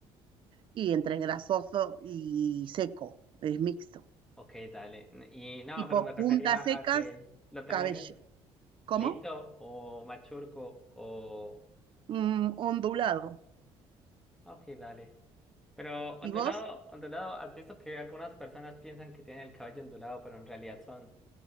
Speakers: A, on the right; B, in the centre.
A: Y entre grasoso y seco, es mixto.
B: Ok, dale. N- Y no,
A: Tipo
B: pero me refería
A: puntas secas,
B: a que lo tenés
A: cabello. ¿Cómo?
B: liso o machurco o...
A: Mm, ondulado.
B: Ok, dale. Pero ondulado,
A: ¿Y vos?
B: ondulado, ¿has visto que algunas personas piensan que tienen el cabello ondulado, pero en realidad son